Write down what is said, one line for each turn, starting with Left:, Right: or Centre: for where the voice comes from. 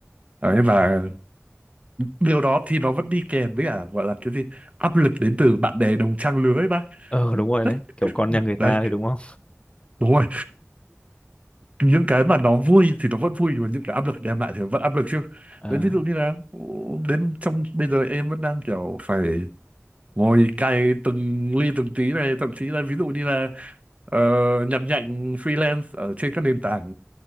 Right: đấy, và điều đó thì nó vẫn đi kèm với cả gọi là cái gì áp lực đến từ bạn bè đồng trang lứa ấy bác
Left: ờ đúng rồi
Right: <laughs>
Left: đấy kiểu con nhà người ta
Right: đấy
Left: thì đúng không
Right: đúng rồi những cái mà nó vui thì nó vẫn vui nhưng mà những cái áp lực đem lại thì nó vẫn áp lực chứ
Left: <laughs> à,
Right: đấy ví dụ như là đến trong bây giờ em vẫn đang kiểu phải ngồi cày từng ly từng tí này thậm chí là ví dụ như là ờ, nhặt nhạnh freelance ở trên các nền tảng